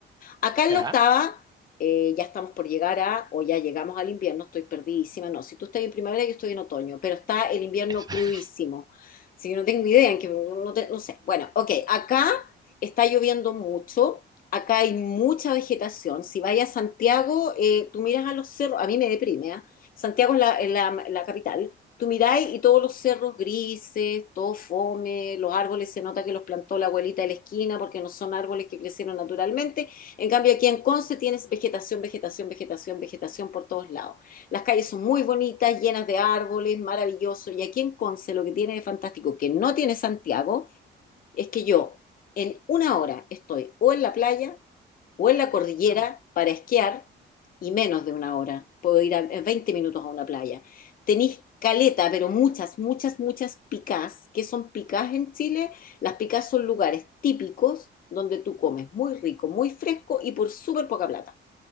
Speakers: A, on the left (about 45°); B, on the right (about 20°).
A: Acá en
B: ajá.
A: la octava eh, ya estamos por llegar a, o ya llegamos al invierno, estoy perdidísima. No, si tú estás en primavera, yo estoy en otoño, pero está el invierno
B: <laughs>
A: crudísimo. Si yo no tengo idea, en que no, te- no sé. Bueno, ok, acá está lloviendo mucho. Acá hay mucha vegetación. Si vayas a Santiago, eh, tú miras a los cerros, a mí me deprime, ¿ah? Santiago es la, es la- la capital. Tú miráis y todos los cerros grises, todo fome, los árboles se nota que los plantó la abuelita de la esquina porque no son árboles que crecieron naturalmente en cambio, aquí en Conce tienes vegetación, vegetación, vegetación, vegetación por todos lados. Las calles son muy bonitas, llenas de árboles, maravilloso. Y aquí en Conce lo que tiene de fantástico, que no tiene Santiago, es que yo en una hora estoy o en la playa o en la cordillera
B: Bueno,
A: para esquiar y menos de una hora. Puedo ir a- en 20 minutos a una playa. Tenéis caleta, pero muchas, muchas, muchas picás. ¿Qué son picás en Chile? Las picás son lugares típicos donde tú comes muy rico, muy fresco y por súper poca plata.